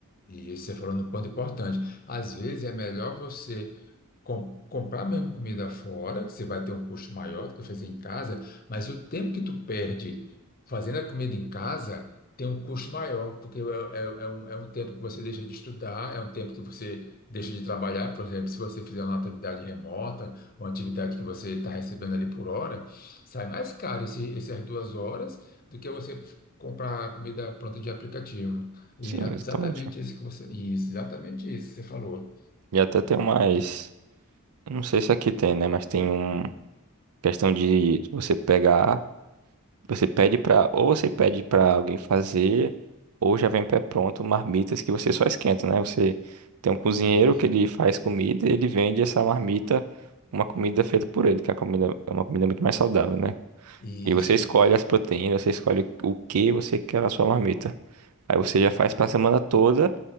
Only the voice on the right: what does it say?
Sim,
exatamente.
E até tem mais. eu Não sei se aqui tem, né? Mas tem um questão de você pegar. Você pede pra. Ou você pede pra alguém fazer, ou já vem pré-pronto marmitas que você só esquenta, né? Você tem um cozinheiro
que ele faz comida e ele vende essa marmita, uma comida feita por ele, que é uma comida, é uma comida muito mais saudável, né?
E você escolhe as proteínas, você escolhe o que você quer na sua marmita. Aí você já faz pra semana toda.